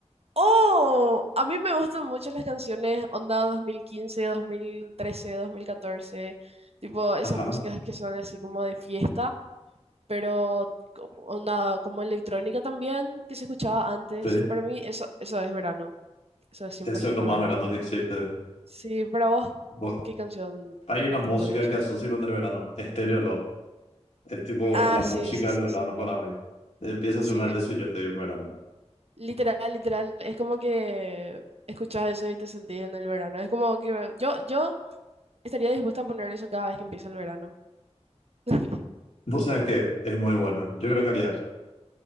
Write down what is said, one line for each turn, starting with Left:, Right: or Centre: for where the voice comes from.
Right: ¡Oh! A mí me gustan mucho las canciones onda 2015, 2013, 2014, tipo esas
Left: Ajá,
Right: músicas que son así como de fiesta pero como, onda, como electrónica también, que se escuchaba antes.
Left: sí.
Right: Para mí eso, eso es verano, eso es cien
Left: Eso
Right: por ciento
Left: es lo más
Right: verano.
Left: verano que existe.
Right: Sí, para vos,
Left: Vos-
Right: ¿qué canción?
Left: hay una
Right: ¿Qué tipo
Left: música
Right: de canción?
Left: que asocio con el verano. Estéreo Love. Es tipo
Right: Ah,
Left: la música
Right: sí, sí,
Left: del
Right: sí,
Left: verano
Right: sí.
Left: para mí. Empieza a
Right: Sí,
Left: sonar eso y yo estoy en verano.
Right: literal, literal. Es como que escuchas eso y te sentís en el verano. Es como que yo, yo estaría dispuesta a poner eso cada vez que empieza el verano. <laughs>
Left: Vos sabés que es muy bueno. Yo creo que haría.